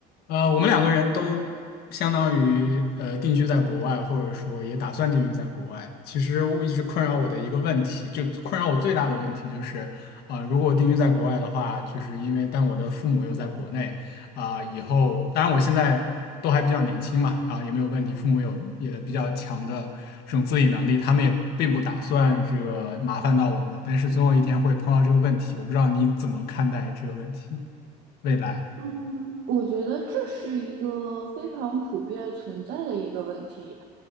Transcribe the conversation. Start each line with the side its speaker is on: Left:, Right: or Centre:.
Left: 呃，我们两个人都相当于呃定居在国外，或者说也打算定居在国外。其实我一直困扰我的一个问题，就困扰我最大的问题就是，啊、如果我定居在国外的话，就是因为但我的父母又在国内，啊、以后当然我现在都还比较年轻嘛，然后也没有问题，父母有也比较强的这种自理能力，他们也并不打算这个麻烦到我们，但是总有一天会碰到这个问题，我不知道你怎么看待这个问题，未来。
Right: 嗯，我觉得这是一个非常普遍存在的一个问题。